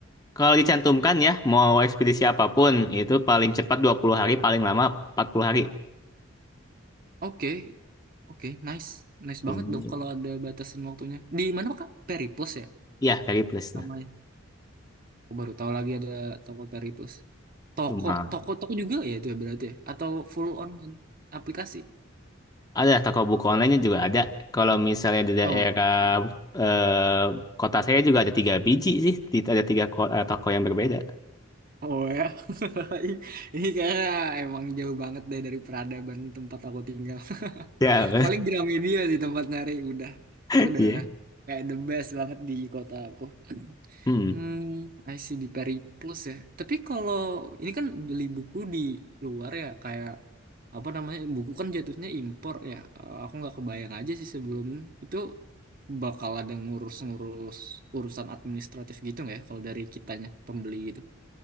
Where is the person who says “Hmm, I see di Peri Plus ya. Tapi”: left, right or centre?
Right